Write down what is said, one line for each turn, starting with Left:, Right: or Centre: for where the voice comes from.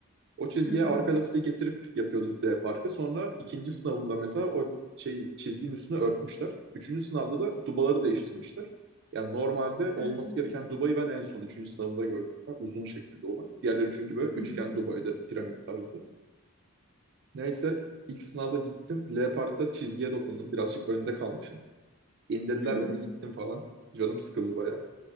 Right: O çizgiye
Left: hı
Right: arka
Left: hı,
Right: lastiği getirip yapıyorduk D parkı. Sonra ikinci sınavımda mesela o şey çizginin üstünü örtmüşler. Üçüncü sınavda da dubaları değiştirmişler. Yani normalde olması
Left: evet,
Right: gereken dubayı ben en son üçüncü sınavımda gördüm. falan. Uzun şekilde olan. Diğerleri çünkü böyle üçgen
Left: hı hı,
Right: dubaydı piramit tarzda. Neyse ilk sınavda gittim. L parkta çizgiye dokundum. Birazcık önde kalmışım. İndirdiler
Left: hı hı,
Right: beni
Left: hı hı,
Right: gittim falan. Canım sıkıldı bayağı.